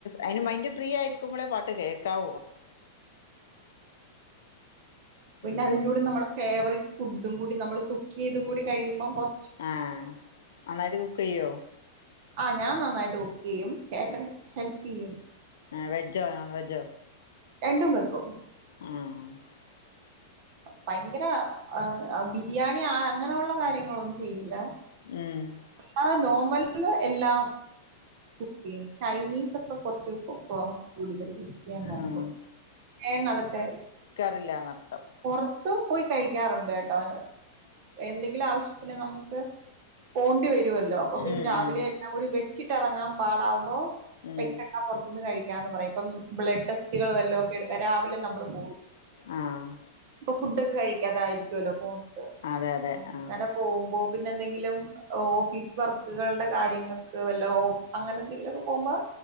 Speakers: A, on the left (about 85°); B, on the right (about 40°).
A: അയിന് മൈഡ് ഫ്രീ ആയിരിക്കുമ്പളേ പാട്ട് കേക്കാവു
B: പിന്നെ
A: ഉം
B: അതിന്റെ കൂടെ നമ്മള് ഫേവററ്റ് ഫുഡും കൂടി നമ്മൾ കുക്ക് ചെയ്തും കൂടി കഴിക്ക്മ്പൊ കൊറ
A: ആഹ് നന്നായിട്ട് കുക്ക് ചെയ്യോ
B: ആഹ് ഞാൻ നന്നായിട്ട് കുക്ക് ചെയ്യും ചേട്ടൻ ഹെൽപ് ചെയ്യും
A: ആഹ് വെജോ നോൺ വെജ്ജോ
B: രണ്ടും വെക്കും
A: ആഹ്
B: ഭയങ്കര ആഹ് ബിരിയാണി ആ അങ്ങനെയുള്ള കാര്യ ങ്ങളൊന്നും ചെയ്യില
A: ഉം
B: ആഹ് നോർമല് എല്ലാം കുക്ക് ചെയ്യും ചൈനീസ് ഒക്കെ കുറച്ച് കൊക്കൊ കൂടുതൽ കുക്ക് ചെയ്യാൻ നോക്കും
A: ഉം
B: ഏട്ടനതൊക്കെ
A: റില്ലന്നർത്ഥം
B: പുറത്ത് പോയി കഴിക്കാറുണ്ട്ട്ടോ എന്തെങ്കിലും ആവശ്യത്തിന് നമുക്ക് പോണ്ടി വരുമല്ലോ അപ്പൊ പിന്നെ
A: ഉം
B: രാവിലെ
A: ഉം
B: എല്ലാം കൂടി വെച്ചിട്ട് ഇറങ്ങാൻ പാടാവുമ്പോ
A: ഉം
B: വെക്കണ്ടറ ന്ന് കഴിക്കാന്ന് പറയാ ഇപ്പം ബ്ലഡ് ടെസ്റ്റുകൾ വല്ലതൊക്കെ എടുക്ക രാവിലെ നമ്മള് പോകും.
A: ആഹ്
B: ഫുഡഒക്കെ കഴിക്കാതായിരിക്കുവല്ലോ പോകുന്നത്
A: അതെ അതെ
B: അങ്ങനെ
A: ആ
B: പോകുമ്പോ പിന്നെ എന്തെങ്കിലും ഓഫീസ് വർക്കുകളുടെ കാര്യങ്ങൾക്ക് വല്ല അങ്ങനെ എന്തെങ്കിലു ഒക്കെ പോകുമ്പോ